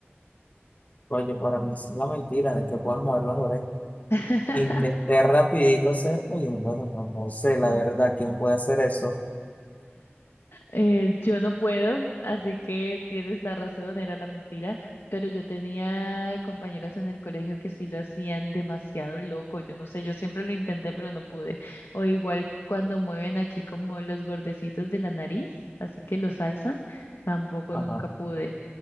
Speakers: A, on the left (about 35°); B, on the left (about 70°).
A: Oye, para mí es la mentira de que puedas mover las orejas.
B: <laughs>
A: Intenté rapidito hacerlo y bueno, no, no sé, la verdad, ¿quién puede hacer eso?
B: Eh, yo no puedo, así que tienes la razón, era la mentira, pero yo tenía compañeros en el colegio que sí lo hacían demasiado loco, yo no sé, yo siempre lo intenté, pero no pude. O igual cuando mueven aquí como los bordecitos de la nariz, así que los alzan, tampoco
A: Ajá.
B: nunca pude.